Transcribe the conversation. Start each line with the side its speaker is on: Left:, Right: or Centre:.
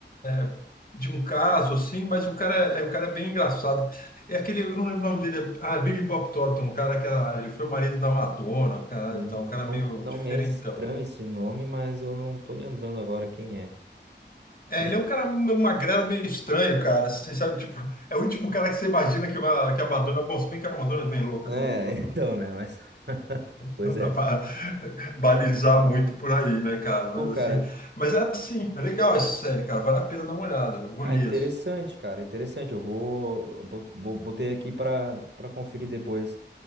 Left: é, de um caso, assim, mas o cara, é, o cara é bem engraçado. É aquele, eu não lembro o nome dele, é, ah, é Billy Bob Thornton, o cara que era, ele foi o marido da Madonna, o cara,
Right: Hum,
Left: então, um cara meio
Right: Não, não
Left: diferentão.
Right: me é estranho esse nome, mas eu não tô lembrando agora quem é.
Left: É,
Right: Mas,
Left: ele é um cara meio magrelo, meio estranho, cara. Você sabe, tipo, é o último cara que você imagina que, vai, que a Madonna. Bom, se bem que a Madonna é bem louca
Right: é,
Left: também, não dá
Right: <laughs> então,
Left: pra,
Right: né? Mas, <laughs> pois
Left: não dá
Right: é.
Left: pra <laughs> balizar muito por aí, né, cara?
Right: Pô,
Left: Mas
Right: cara,
Left: assim. Mas é assim, é legal essa série, cara. Vale a pena dar uma olhada, meu. Golias.
Right: ah, interessante, cara, interessante. Eu vou, bo- bo- botei aqui para para conferir depois.